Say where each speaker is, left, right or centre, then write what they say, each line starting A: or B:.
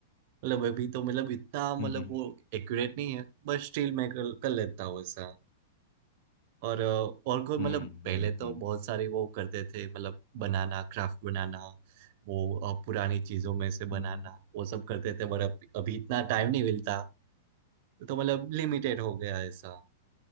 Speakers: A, on the right (about 55°); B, on the left (about 55°).
A: मतलब अभी तो मतलब इतना
B: हम्म
A: मतलब
B: हम्म
A: वो एक्यूरेट नहीं है बट स्टिल मैं कर, कर लेता हूँ ऐसा और अ, और कोई मतलब
B: हम्म
A: पहले
B: हम्म,
A: तो
B: हम्म।
A: बहुत सारे वो करते थे मतलब बनाना क्राफ्ट बनाना वो अ, पुरानी चीजों में से
B: हम्म,
A: बनाना
B: हम्म।
A: वो सब करते थे पर अब अभी इतना टाइम नहीं मिलता तो मतलब लिमिटेड हो गया ऐसा